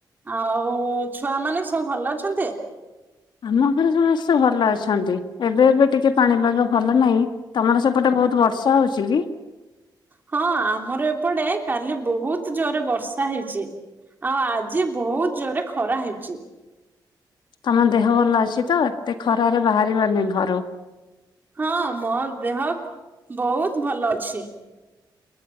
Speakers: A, on the right; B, on the left.
A: ଆଉ ଛୁଆ ମାନେ ସବୁ ଭଲ ଅଛନ୍ତି?
B: ଆମ ଘରେ ସମସ୍ତେ ଭଲ ଅଛନ୍ତି। ଏବେ ଏବେ ଟିକେ ପାଣିପାଗ ଭଲ ନାହିଁ ତମର ସେପଟେ ବହୁତ ବର୍ଷା ହଉଛି କି?
A: ହଁ ଆମର ଏପଟେ କାଲି ବହୁତ ଜୋରେ ବର୍ଷା ହେଇଛି। ଆଉ ଆଜି ବହୁତ ଜୋରେ ଖରା ହେଇଛି।
B: ତମ ଦେହ ଭଲ ଅଛି ତ ଏତେ ଖରାରେ ବାହାରିବନି ଘରୁ।
A: ହଁ ମୋ ଦେହ <inaudible> ବହୁତ ଭଲ ଅଛି।